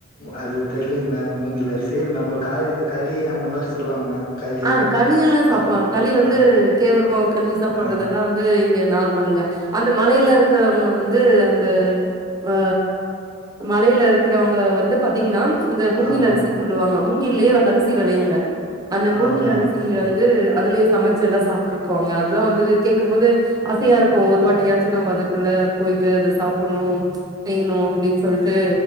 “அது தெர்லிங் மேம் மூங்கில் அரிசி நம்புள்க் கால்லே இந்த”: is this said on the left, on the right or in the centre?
Left